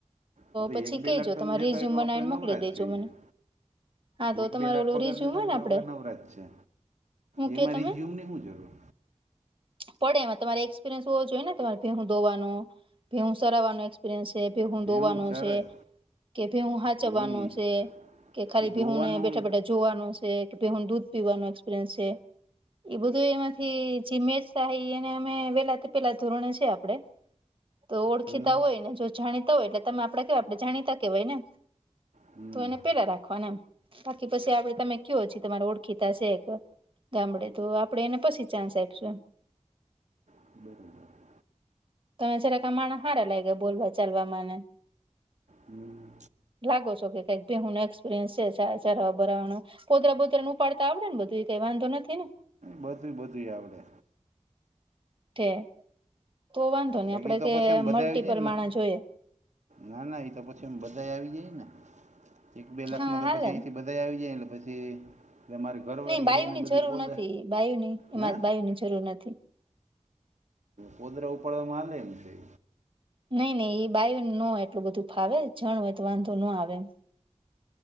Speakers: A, on the right; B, on the right.
A: હ તો
B: પછી
A: એક બે
B: કેજો
A: લાખ તમે
B: તમારે
A: દેતા
B: રિઝ્યુમ
A: હોય તો
B: બનાવીને
A: આપણે
B: મોકલી
A: નવરા
B: દેજો
A: છે અહીયાં
B: મને હા તો
A: એક
B: તમારો
A: બે લાખ
B: ઓલું
A: પગાર
B: રિઝ્યુમ
A: જ થાય
B: હોય ને
A: તો
B: આપડે
A: આપણે નવરાવ છે
B: હું
A: એ
B: કયો
A: મા
B: તમે
A: રિઝ્યુમને હું જરૂર
B: પડે એમાં તમારે એક્સપિરિયન્સ હોવો જોઈએ ને તમારે ભેઉ ધોવાનો ભેઉું સરાવાનો એક્પિરિયન્સ છે ભેહું
A: એ
B: ધોવાનો
A: હું ચરસ
B: છે કે ભેહું હાચવાનો
A: નહીં
B: છે કે ખાલી
A: એ
B: ભીહુંને
A: દોવાનું
B: બેઠા બેઠા જોવાનું છે કે ભહૂ દૂધ પીવાનો એક્સપિરયન્સ છે એ બધું એમાંથી જમે હી એને અમે વેલાથી પેલા ધોરણે છે આપડે તો ઓળખીતા
A: હમ
B: હોય ને જો જાણીતા હોય એટલે તમે આપણે કેવા આપણે જાણીતા કેવાય ને
A: હમ
B: તો એને પેલા રાખવાને એમ બાકી પછી આપડે તમે કયોછી તમારે ઓળખીતાશે એક ગામડે તો આપડે એને પછી ચાન્સ આપીશું
A: બરાબર
B: તમે જ્યારે કમાણ હારા લાગ્યા બોલવા ચાલવાવામાંને
A: હમ્મ
B: લાગો છો કે કક ભી હું એક્પિરિયન્સ છે ચાર બરાવાનું કોતરા બોતરા નનું પ પાડતા આવડે ને બધ એ કઈ વાંધો નથી ને
A: બધું બધું આવડે
B: છે તો વાંધો ને
A: બાકી
B: આપડે
A: તો
B: કે
A: પછી આમ બધા
B: મલ્ટીપલ
A: આવી જાય ને
B: માણા
A: માં
B: જોઈએ
A: ના ના એ તો પછી એમ બધા આવી જાય ને એક બે લાખમાં
B: હા
A: તો
B: હાલે
A: પછી
B: ને
A: અથી બ આવી જાય એટલે પછી મારી ઘરવાળી
B: નહી બાયુ
A: છે
B: ની
A: ને બધું
B: જરૂર
A: પોદ
B: નથી બાયુ ની એમાં
A: હે
B: બાયુની જરૂર નથી
A: કોદરા ઉપાડવાવામા હાલે એમ કે
B: નઈ નહી એ બાયુને ન હોય એટલું બધું ફાવે જણ હોય તો વાંધો ન આવે